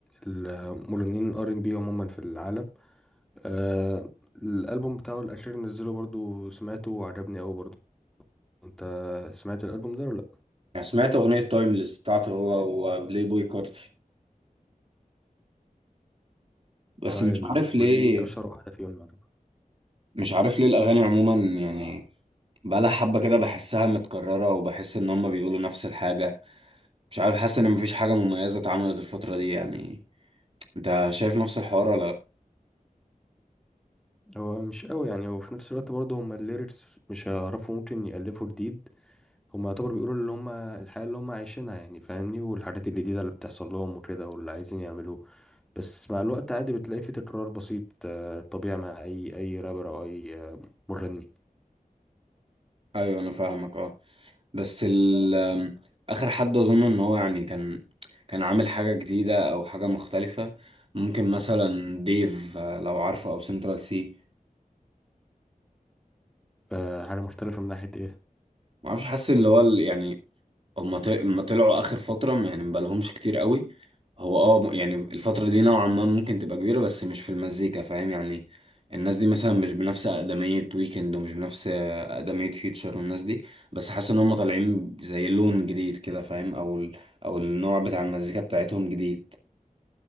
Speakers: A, in the centre; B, on the right.
A: المغنيين الار ام بي عموما في العالم آه الالبوم بتاعه الاخير نزله برضو سمعته وعجبني قوي برضو. انت سمعت الالبوم ده ولا لا
B: يعني سمعت اغنية تايمليس بتاعته هو وبلاي بوي كارتي بس
A: اه
B: مش
A: الاغنيه
B: عارف ليه
A: دي اشهر واحده فيهم يعتبر
B: مش عارف ليه الاغاني عموما يعني بقالها حبة كده بحسها متكررة وبحس ان هما بيقولوا نفس الحاجة مش عارف حاسس ان مفيش حاجة مميزة اتعملت الفترة دي يعني انت شايف نفس الحوار ولا لأ؟
A: هو مش قوي يعني هو في نفس الوقت برضه هم الليركس مش هيعرفوا ممكن يالفوا جديد هم يعتبر بيقولوا اللي هم الحياه اللي هم عايشينها يعني فاهمني والحاجات الجديده اللي بتحصل لهم وكده واللي عايزين يعملوه بس مع الوقت عادي بتلاقي في تكرار بسيط آه، طبيعي مع اي اي رابر او اي آه، مغني
B: ايوه انا فاهمك اه بس ال آم، اخر حد اظن ان هو يعني كان كان عامل حاجه جديده او حاجه مختلفه ممكن مثلا ديف آه، لو عارفه او سنترال سي
A: آه، حاجه مختلفه من ناحيه ايه
B: ما اعرفش حاسس اللي هو ال- يعني هما ط- هما طلعوا اخر فتره م- يعني مبقالهمش كتير قوي هو اه م- يعني الفتره دي نوعا ما ممكن تبقى كبيره بس مش في المزيكا فاهم يعني الناس دي مثلا مش بنفس اقدميه ويكند ومش بنفس اقدميه فيوتشر والناس دي بس حاسس ان هما طالعين زي لون جديد كده فاهم او ال... او النوع بتاع المزيكا بتاعتهم جديد